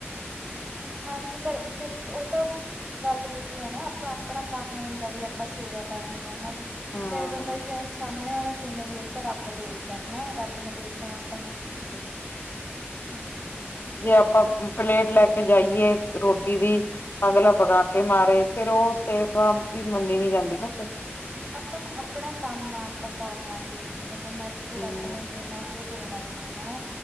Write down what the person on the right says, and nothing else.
ਹਾਂਜੀ, ਪਰ ਅ, ਫੇਰ ਓ ਤਾਂ ਗਾੱਲ ਏਹੇ ਆ ਨਾ, ਆਪਾਂ ਆਪਣਾ ਕਾੰਮ ਹੁੰਦਾ, ਵੀ ਆਪਾ ਸੇਵਾ ਕਾਰਨੀ ਆ ਓਨਾਂ ਦੀ
ਚਾਏ ਬੰਦਾ ਜੇ ਸਾਮਣੇ ਵਾਲਾ਼ ਕਿਵੇਂ ਵੀ ਓ ਤਾਂ ਰਾੱਬ ਦੇਖਦਾ ਹਨਾ, ਰਾੱਬ ਨੇ ਦੇਖਣਾ ਆਪਾਂ ਨੂੰ।
ਹੂੰ। ਹਾਂਜੀ।
ਅਪਣਾ-ਆਪਣਾ ਕੰਮ ਆ, ਆਪਾਂ ਕਾਰਨਾ ਜੋ ਜਿਵੇਂ ਮਾਰਜੀ,
ਰਾੱਬ ਨੇ ਦੇਣਾ ਜੋ, ਦੇਣਾ ਈ ਆ ਹਣਾ।